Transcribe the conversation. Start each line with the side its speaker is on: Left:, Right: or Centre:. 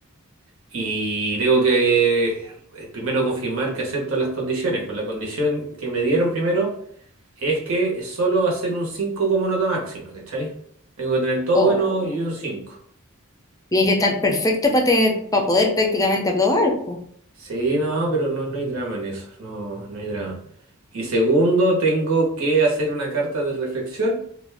Right: Y tengo que eh, primero confirmar que acepto las condiciones. Pues la condición que me dieron primero es que solo va a ser un 5 como nota máxima, ¿cachai? Tengo que tener todo
Left: O
Right: bueno y un 5.
Left: tiene que estar perfecto para para poder prácticamente aprobar, po.
Right: Sí, no, pero no, no hay drama en eso. No, no hay drama. Y segundo, tengo que hacer una carta de reflexión